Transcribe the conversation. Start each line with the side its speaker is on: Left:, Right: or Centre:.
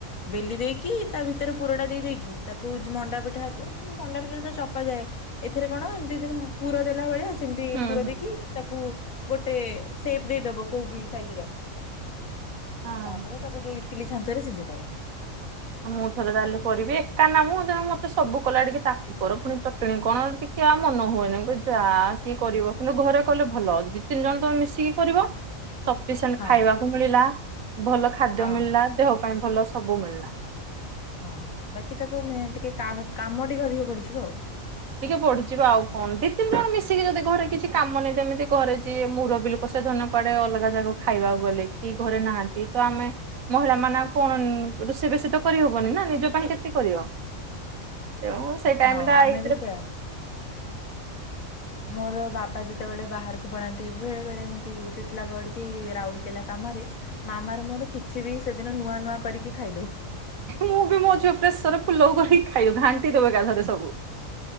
Left: ବେଲି ଦେଇକି, ତା ଭିତରେ ପୁରଟା ଦେଇ ଦେଇକି, ତାକୁ ମଣ୍ଡା ପିଠା ହେଲେ ମଣ୍ଡା ପିଠା ରେ ତ ଚପା ଯାଏ। ଏଥିରେ କଣ ଏମିତି ଯେ ପୁର ଦେଲା ଭଳିଆ। ସେମତି
Right: ହୁଁ
Left: ପୁର
Right: ହୁଁ
Left: ଦେଇକି ତାକୁ। ଗୋଟେ ସେପ ଦେଇଦବ, କୋଉ ବି ସାଇଜ ର।
Right: ହଁ।
Left: ତାପରେ ତାକୁ ଯ ଇଟିଲି ଛାଞ୍ଚ ରେ ସିଝେଇ ଦବ।
Right: ଆଉ ମୁଁ ଥରେ ତାହେଲେ କରିବି ଏକା ନା ମୁଁ ତେଣୁ ମ ତ, ସବୁ କଲା। ଟିକେ ତାକୁ କର ପୁଣି ଚଟଣୀ କଣ ଟିକେ ଆ ମନ ହୁଏନି। ମୁଁ ଯା କିଏ କରିବ? କିନ୍ତୁ ଘରେ କଲେ ଭଲ, ଦି ତିନି ଜଣ ତମେ ମିଶିକି କରିବ। ସଫିସିଏଣ୍ଟ
Left: ହଁ
Right: ଖାଇବାକୁ ମିଳିଲା, ଭଲ ଖାଦ୍ୟ
Left: ହଁ
Right: ମିଳିଲା ଦେହ। ପାଇଁ ଭଲ ସବୁ ମିଳିଲା।
Left: ହଁ ବାକି ତାକୁ ମେ ଟିକେ କା କାମ ଟିକେ ଅଧିକ ପଡିଯିବ ଆଉ।
Right: ଟିକେ ବଢିଯିବ ଆଉ କଣ? ଦି ତିନି ଜଣ ମିଶିକି ଯଦି ଘରେ କିଛି କାମନାଇ, ଯେମିତି ଘରେ ଯିଏ ମୁରବି ଲୋକ ସେ ଧରିନ୍ୟ କୁଆଡେ ଅଲଗା ଜାଗା ଖାଇବାକୁ ଗଲେ। କି ଘରେ ନାହାନ୍ତି ତ ଆମେ ମହିଳା ମାନ କଣ ରୋଷେଇ ବେଶୀ ତ କରିହବନି ନା ନିଜ ପାଇଁ କେତେ କରିବ। ତେଣୁ ସେଇ ଟାଇମଟା
Left: ହଁ ଆମେ
Right: ଇ
Left: ବି ସେୟା ମୋର ବାବା ଯେତେବେଳେ ବାହାରକୁ ପଳାନ୍ତି ବେଳେ ବେଳେ, ଏମତି ଟିଟଲା ଗଡ କି ରାଉଲକେଲା, କାମରେ। ମାମାର ମୋର କିଛି ବି ସେଦିନ ନୂଆ ନୂଆ କରିକି ଖାଇଦଉ।
Right: ମୁଁ ବି ମୋ ଝିଅ ପ୍ରେଶର ପୁଲାଉ କରିକି ଖାଇବ, ଘାଣ୍ଟି ଦବ ଏକାଥରେ ସବୁ।